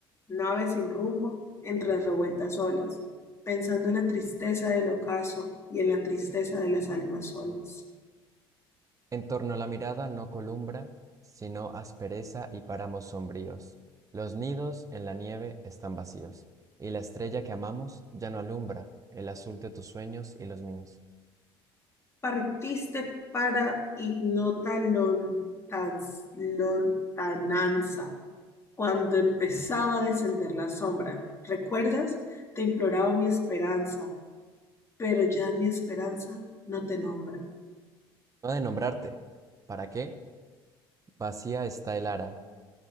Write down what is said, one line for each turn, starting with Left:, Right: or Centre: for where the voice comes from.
Left: nave sin rumbo, entre las revueltas olas, pensando en la tristeza del ocaso y en la tristeza de las almas solas.
Right: En torno a la mirada no columbra, sino aspereza y páramos sombríos. Los nidos en la nieve están vacíos, y la estrella que amamos ya no alumbra el azul de tus sueños y los míos.
Left: Partiste para ignota lontan- lontananza, cuando empezaba a descender la sombra. ¿Recuerdas? Te imploraba mi esperanza, pero ya mi esperanza no te nombra.
Right: No ha de nombrarte. ¿Para qué? Vacía está el ara,